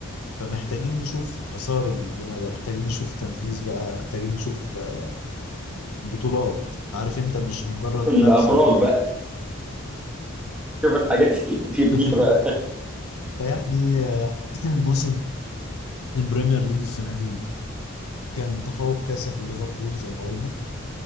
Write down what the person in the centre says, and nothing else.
شوف الأبراج
بقى شوف الحاجات <laughs> اللي بيبنيها
بقى